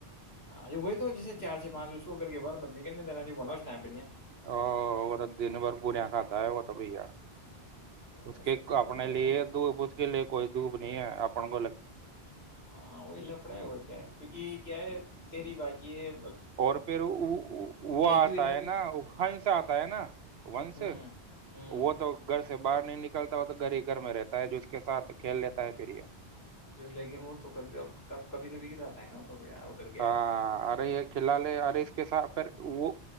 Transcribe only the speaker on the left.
ہاں وہی تو جیسے چار سے پانچ اس کو کر کے باہر بت نہیں کہ دیرای بو اسٹائم
ویسے
تو کچھ
نہیں ہوگا
نا
ہاں وہی لفڑا ہے اور کیا ہے کیونکہ کیا ہے تیری بازی یہ
ہی ہوئی ابھی
ہوں ہوں
لیکن وہ تو کبھی ا کب کبھی کبھی جاتا ہے نا تو یار ادھر گیا